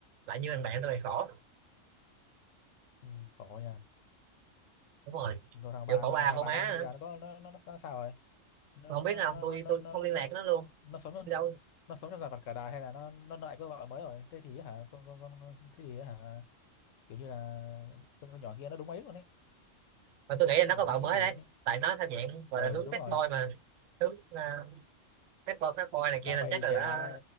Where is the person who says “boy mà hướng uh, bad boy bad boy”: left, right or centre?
Right